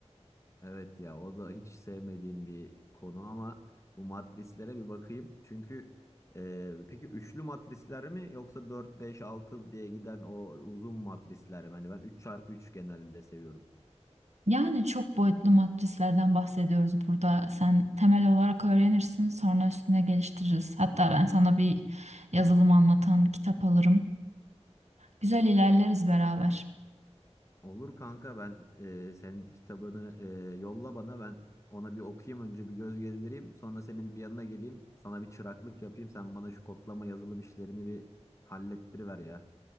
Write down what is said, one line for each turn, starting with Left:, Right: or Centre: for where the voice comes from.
Left: Evet ya o da hiç sevmediğim bir konu ama bu matrislere bir bakayım. Çünkü e, peki üçlü matrisler mi yoksa 4 5 6 diye giden o uzun matrisler mi? Hani ben 3 çarpı 3 genelde seviyorum.
Right: Yani çok boyutlu matrislerden bahsediyoruz burada. Sen temel olarak öğrenirsin, sonra üstüne geliştiririz. Hatta ben sana bir yazılım anlatan kitap alırım. Güzel ilerleriz beraber.
Left: Olur kanka ben e, senin kitabını e, yolla bana ben ona bir okuyayım önce bir göz gezdireyim. Sonra senin bir yanına geleyim sana bir çıraklık yapayım. Sen bana şu kodlama yazılım işlerini bir hallettiriver ya.